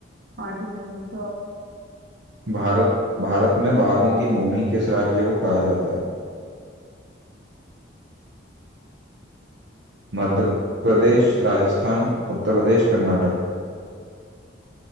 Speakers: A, on the right; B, on the right.
A: हाँ ठीक है पूछो आप
B: भारत भारत में बाघों की भूमि किस राज्य को कहा जाता है मध्य प्रदेश राजस्थान उत्तर प्रदेश कर्नाटक